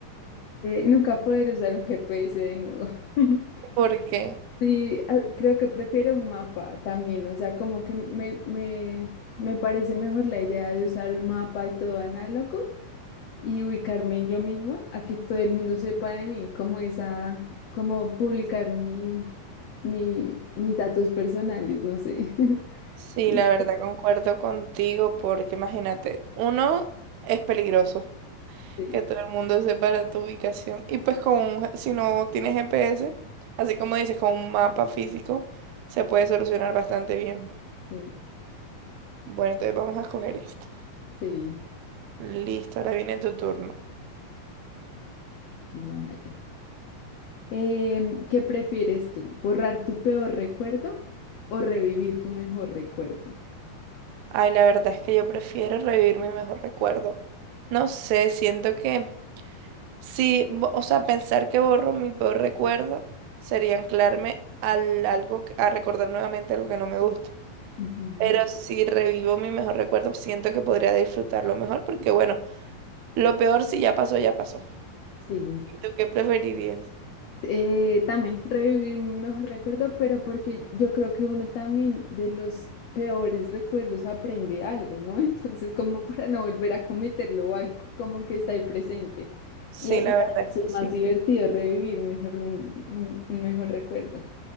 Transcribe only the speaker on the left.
nunca poder usar un GPS de nuevo. <laughs>
Sí, ah, creo que prefiero un mapa también, o sea, como que me, me, me parece mejor la idea de usar un mapa y todo análogo y ubicarme yo misma a que todo el mundo sepa de mí, como esa, como publicar mi, mi, mis datos personales, no sé. <laughs>
Y
sí,
sí,
sí,
vale. Em, ¿qué prefieres tú? ¿Borrar tu peor recuerdo o revivir tu mejor recuerdo?
Ujú,
Sí.
Eh, también revivir mi mejor recuerdo, pero porque yo creo que uno también de los peores recuerdos aprende algo, ¿no? <laughs> Entonces, como para no volver a cometerlo o algo como que está ahí presente.
Y, y además
es
más divertido revivir mejor, un, un- un mejor recuerdo.